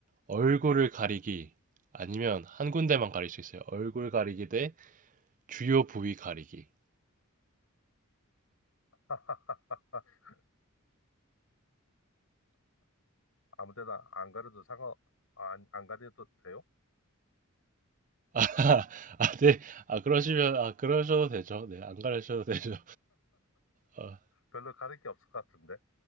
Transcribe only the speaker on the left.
<laughs> 아무 데나 안 가려도 상관, 아, 안, 안 가려도 돼요?
별로 가릴 게 없을 것 같은데.